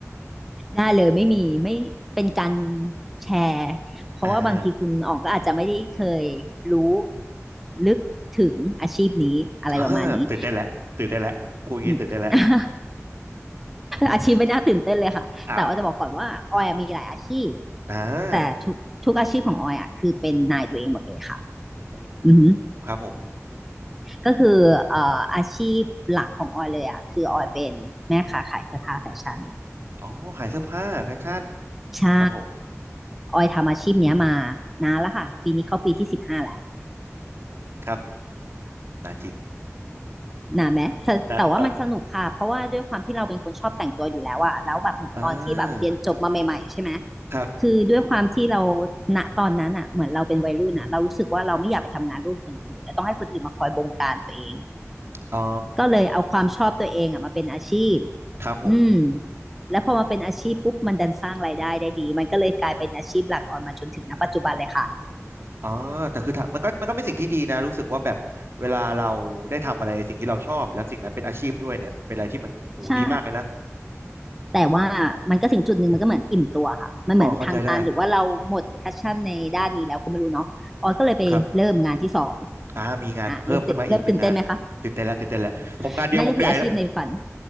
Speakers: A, in the centre; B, on the right.
A: ได้เลยไม่มีไม่เป็นการแชร์เพราะว่าบางทีคุณออกก็อาจจะไม่ได้เคยรู้
B: อ่า
A: ลึกถึงอาชีพนี้อะไรประมาณนี้
B: อ่าตื่นได้นแหละตื่นได้นแหละพูดอย่างนี้ตื่นได้นแหละ
A: อืม <laughs> อาชีพไม่น่าตื่นเต้นเลยค่ะแต่ว่าจะบอกก่อนว่าออยอะมีหลายอาชีพ
B: อ้าวอ่า
A: แต่ทุกทุกอาชีพของออยอ่ะคือเป็นนายตัวเองหมดเลยค่ะ
B: โอ้โหครับผม
A: อือหือก็คือเอ่ออาชีพหลักของออยเลยอ่ะคือออยเป็นแม่ค้าขายเสื้อผ้าแฟชั่น
B: อ๋อขายเสื้อผ้าแฟชั่น
A: ใช่
B: ครับผม
A: ออยทำอาชีพเนี้ยมานานแล้วค่ะปีนี้เข้าปีที่สิบห้าแล้ว
B: ครับนานจริง
A: หนาไหมแต่แต่ว่ามันสนุกค่ะเพราะว่าด้วยความที่เราเป็นคนชอบแต่งตัวอยู่แล้วอะแล้วแบบเหมือนตอนที่แบบเรียนจบมาใหม่ๆใช่ไหม
B: นานนานอ่าครับ
A: คือด้วยความที่เราณตอนนั้นอะเหมือนเราเป็นวัยรุ่นอะเรารู้สึกว่าเราไม่อยากไปทำงานร่วมคนอื่นและต้องให้คนอื่นมาคอยบงการตัวเอง
B: อ๋อ
A: ก็เลยเอาความชอบตัวเองอะมาเป็นอาชีพ
B: ครับผม
A: อืมแล้วพอมาเป็นอาชีพปุ๊บมันดันสร้างรายได้ได้ดีมันก็เลยกลายเป็นอาชีพหลักออนมาจนถึงณปัจจุบันเลยค่ะ
B: อ๋อแต่คือถ้ามันก็มันก็เป็นสิ่งที่ดีนะรู้สึกว่าแบบเวลาเราได้ทำอะไรสิ่งที่เราชอบแล้วสิ่งนั้นเป็นอาชีพด้วยเนี่ยเป็นอะไรที่มันโหดีมากเลยนะ
A: ใช่ แต่ว่ามันก็ถึงจุดหนึ่งมันก็เหมือนอิ่มตัวค่ะมันเหมือนทางตันหรือว่าเราหมดแพชชั่นในด้านนี้แล้วก็ไม่รู้เนาะออยก็เลยไปเริ่มงานที่สอง
B: อ๋อเข้าใจได้อืมอืมครับอ่ามีงานเพิ่มขึ้นมาอีกหนึ่งงานตื่นเต้นแล้วตื่นเต้นแล้วผมงานเดียวผมเหนื่อยแล้ว
A: อ่ะเริ่มตื่นเริ่มตื่นเต้นไหมคะ <laughs> นั่นก็คืออาชีพในฝัน